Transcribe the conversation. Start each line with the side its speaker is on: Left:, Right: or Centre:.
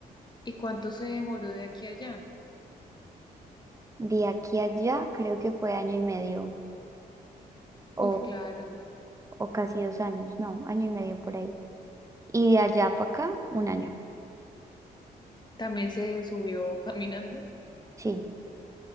Left: ¿Y cuánto se demoró de aquí a allá?
Right: de aquí a allá, creo que fue año y medio o,
Left: Uf, claro.
Right: o casi dos años, no, año y medio por ahí. Y de allá para acá, un año.
Left: ¿También se subió caminando?
Right: Sí,